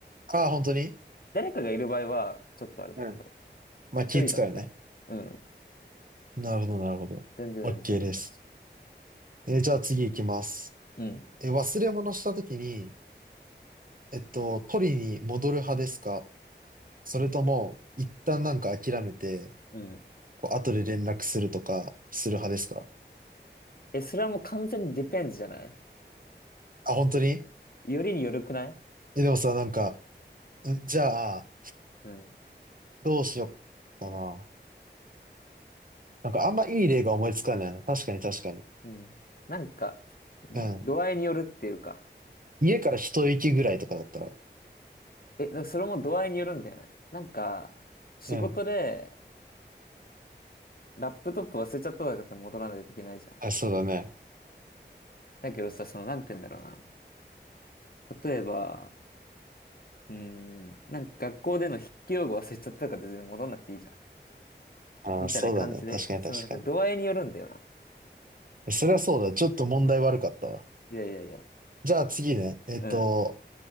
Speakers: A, on the right (about 50°); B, on the left (about 55°).
A: ああ、本当に
B: 誰かがいる場合は、ちょっとあれだけど、
A: うん。まあ気使うよね。
B: 一人だったら、うん。
A: なるほどなるほど。
B: 全然全然って感じ。
A: OK です。え、じゃあ次行きます。
B: うん。
A: えー、忘れ物した時に、えっと、取りに戻る派ですかそれとも、一旦なんか諦めて、
B: うん。
A: こう後で連絡するとか、する派ですか
B: え、それはもう完全にディペンズじゃない
A: あ、本当に
B: よりによるくない
A: え、でもさ、なんか、んじゃあ、
B: うん。
A: どうしよっかな。なんかあんまいい例が思いつかないな。確かに確かに。
B: うん。なんか、
A: うん。
B: 度合いによるっていうか。
A: 家から一息ぐらいとかだったら。
B: え、だからそれも度合いによるんだよね。なんか、仕事で、
A: うん。
B: ラップトップ忘れちゃったとかって戻らないといけないじゃん。
A: あ、そうだね。
B: だけどさ、その、なんて言うんだろうな。例えば、うーん、なんか学校での筆記用語忘れちゃったとかって全然戻んなくていいじゃん。
A: あ、
B: みたいな感じで、
A: そうだね。確かに確かに。
B: そのなんか度合いによるんだよな。
A: え、それはそうだ。ちょっと問題悪かったわ。
B: いやいやいや。
A: じゃあ次ね。えっと、
B: うん。